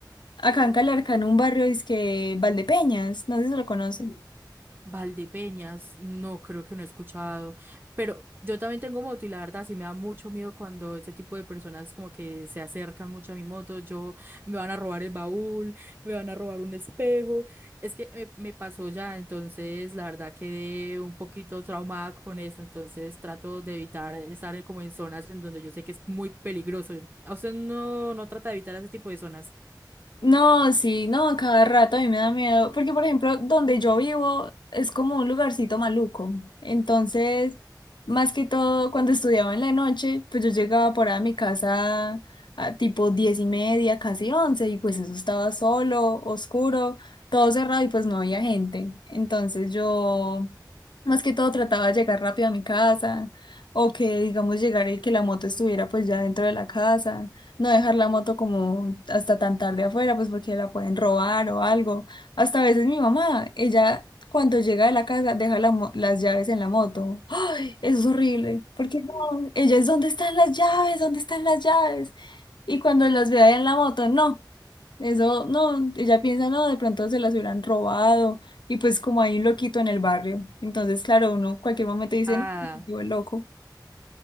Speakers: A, on the left; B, on the right.
A: Acá en Calarca, en un barrio, es que Valdepeñas, no sé si lo conoce.
B: Valdepeñas, no creo que no he escuchado, pero yo también tengo moto y la verdad sí me da mucho miedo cuando este tipo de personas como que se acercan mucho a mi moto, yo me van a robar el baúl, me van a robar un espejo, es que me, me pasó ya, entonces la verdad quedé un poquito traumada con eso, entonces trato de evitar estar en- como en zonas en donde yo sé que es muy peligroso. ¿A usted no, no trata de evitar ese tipo de zonas?
A: No, sí, no, a cada rato a mí me da miedo, porque por ejemplo, donde yo vivo es como un lugarcito maluco. Entonces, más que todo, cuando estudiaba en la noche, pues yo llegaba por ahí a mi casa a tipo diez y media, casi once, y pues eso estaba solo, oscuro, todo cerrado y pues no había gente. Entonces yo, más que todo, trataba de llegar rápido a mi casa, o que digamos llegar y que la moto estuviera pues ya dentro de la casa no dejar la moto como hasta tan tarde afuera, pues porque la pueden robar o algo. Hasta a veces mi mamá, ella cuando llega de la casa deja la mo- las llaves en la moto. ¡Ay! Eso es horrible, porque no, ella es ¿dónde están las llaves? ¿Dónde están las llaves? Y cuando las ve ahí en la moto, no, eso no, ella piensa, no, de pronto se las hubieran robado. Y pues como hay un loquito en el barrio, entonces claro, uno cualquier momento dice,
B: ¡Ah!
A: no, el loco.